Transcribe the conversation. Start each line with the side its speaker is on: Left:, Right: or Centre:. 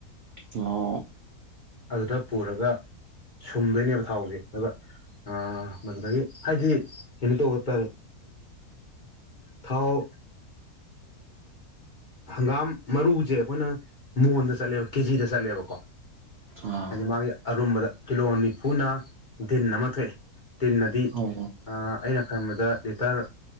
Right: ꯑꯣ
Left: ꯑꯗꯨꯗ ꯄꯨꯔꯒ ꯁꯨꯝꯗꯣꯏꯅꯦꯕ ꯊꯥꯎꯁꯦ ꯑ ꯃꯗꯨꯗꯒꯤ ꯍꯥꯏꯗꯤ ꯀꯩꯅꯣ ꯇꯧꯕ ꯇꯥꯔꯦ ꯊꯥꯎ ꯍꯪꯒꯥꯝ ꯃꯔꯨꯁꯦ ꯑꯩꯈꯣꯏꯅ ꯃꯣꯟꯗ ꯆꯠꯂꯦꯕ ꯀꯦꯖꯤꯗ ꯆꯠꯂꯦꯕꯀꯣ
Right: ꯑꯥ
Left: ꯍꯥꯏꯗꯤ ꯃꯥꯒꯤ ꯑꯔꯨꯝꯕꯗ ꯀꯤꯂꯣ ꯅꯤꯐꯨꯅ ꯗꯤꯟ ꯑꯃ ꯊꯣꯛꯑꯦ ꯇꯟꯅ ꯑꯗꯤ
Right: ꯑꯣ
Left: ꯑꯩꯅ ꯈꯟꯕꯗ ꯂꯤꯇꯔ